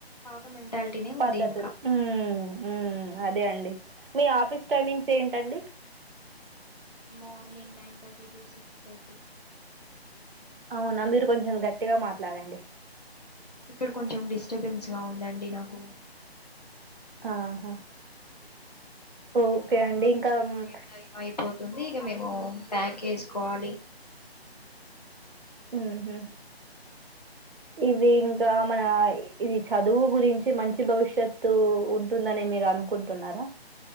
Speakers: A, on the left (about 40°); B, on the right (about 55°).
A: పాత మెంటాలిటీనే
B: పద్ధతులు
A: ఉంది ఇంకా
B: ఉ ఉ అదే అండి మీ ఆఫీస్ టైమింగ్స్ ఏంటండి,
A: morning nine thirty to six thirty
B: అవునా మీరు కొంచెం గట్టిగా మాట్లాడండి
A: ఇక్కడ కొంచెం డిస్టర్బెన్స్ గా ఉందండి, నాకు
B: ఆహా ఓకే
A: ఇంకా
B: అండి
A: ఆఫీస్
B: ఇంకా
A: ఆయిపోయే
B: మ్,
A: టైం ఆయిపోతు, ఉంది ఇక మేము ప్యాక్ చేేసుకోవాలి,
B: ఉహు ఇవి ఇంకా మన ఇది చదువు గురించి మంచి భవిష్యత్తు ఉంటుందని మీరు అనుకుంటున్నారా,